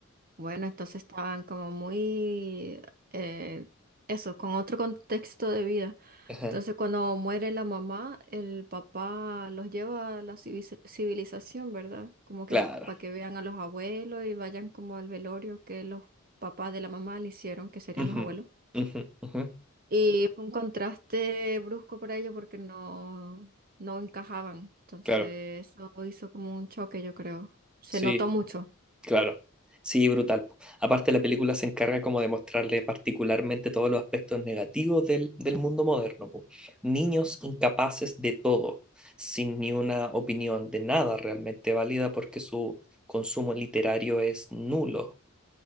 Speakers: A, on the right; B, in the centre.
A: Bueno, entonces estaban como muy, eh, eso, con otro contexto de vida.
B: Ajá,
A: Entonces, cuando muere la mamá, el papá los lleva a la civi- civilización, ¿verdad? Como que
B: claro.
A: para que vean a los abuelos y vayan como al velorio que los papás de la mamá le hicieron, que serían
B: Ujú,
A: los abuelos.
B: ujú, ujú,
A: Y fue un contraste brusco para ellos porque no, no encajaban. Entonces,
B: Claro,
A: eso hizo como un choque, yo creo. Se
B: sí,
A: notó mucho.
B: claro. Sí, brutal. po. Aparte, la película se encarga como de mostrarle particularmente todos los aspectos negativos del, del mundo moderno. po. Niños incapaces de todo, sin ni una opinión de nada realmente válida porque su consumo literario es nulo.